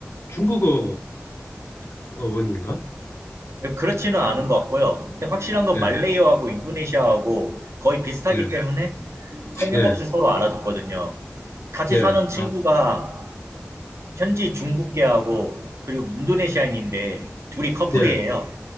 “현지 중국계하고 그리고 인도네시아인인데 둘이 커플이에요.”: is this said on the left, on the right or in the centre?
Right